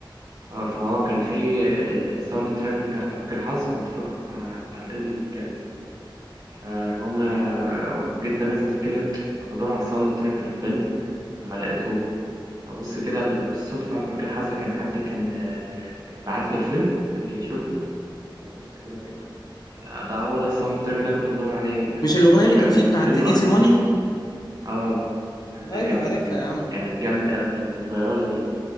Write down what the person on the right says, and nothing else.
اه فهو كان في آه، ساوند تراك بتاع بنك الحظ كنت فاكره بتاع بتاع القرد بيتكلم فالمهم آه، جيت بنزل كده فبدور على الساوند تراك في الفيلم وما لقيتهوش فبص كده بالصدفة على بنك الحظ كان حد كان آه، بعت لي الفيلم قال لي شوفه بص كده لقيته ده هو ده الساوند تراك اللي أنا كنت بدور عليه آه،
وكا-
والفيلم
أصلا
آه آه، ده
كان
كان
كانت جامدة أوي كانت الفيولا دي